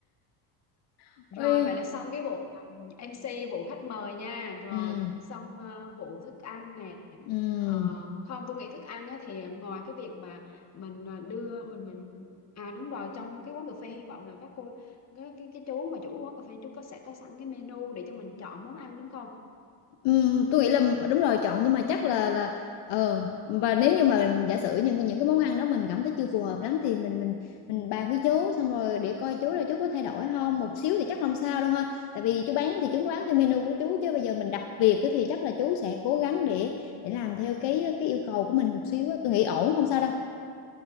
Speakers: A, on the left; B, on the left.
A: <laughs>
B: Rồi
A: Ôi.
B: vậy là xong cái vụ um, MC vụ khách mời nha. Rồi
A: Ừ.
B: xong ờ, vụ thức ăn nè.
A: Ừ.
B: Ờ, không tôi nghĩ thức ăn á, thì ngoài cái việc mà mình ờ, đưa mình mình à đúng rồi trong cái quán cà phê hy vọng là các cô cái cái, cái chú mà chủ quán cà phê chú có sẽ có sẵn cái menu để cho mình chọn món ăn đúng không?
A: Ừm, tôi nghĩ là đúng rồi chọn nhưng mà chắc là là ờ và nếu như mà giả sử những những cái món ăn đó mình cảm thấy chưa phù hợp lắm thì mình mình mình bàn với chú xong rồi để coi chú là chú có thay đổi không một xíu thì chắc không sao đâu ha tại vì chú bán thì chú bán theo menu của chú chứ bây giờ mình đặt việc á thì chắc là chú sẽ cố gắng để để làm theo cái cái yêu cầu của mình một xíu á. tôi nghĩ ổn không sao đâu